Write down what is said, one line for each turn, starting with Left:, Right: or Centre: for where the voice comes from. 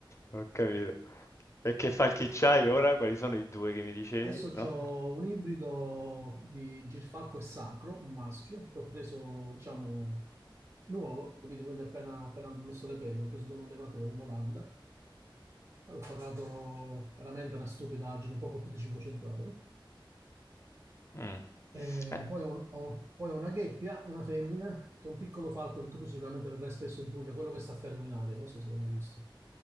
Left: Ho capito. E che falchi c'hai ora? Quali sono i due che mi dicevi,
Right: Adesso
Left: no?
Right: ho un ibrido di Girfalco e Sacro, un maschio, che ho preso, diciamo, nuovo, capito? Quindi appena, appena ho messo le penne, l'ho preso da un allevatore in Olanda. L'ho pagato veramente una stupidaggine, poco più di 500 euro.
Left: Mm.
Right: E
Left: Eh.
Right: poi ho, ho- poi ho una gheppia, una femmina, che è un piccolo falco che tu sicuramente vedrai spesso in Puglia, quello che sta fermo in aria, non so se l'hai mai visto.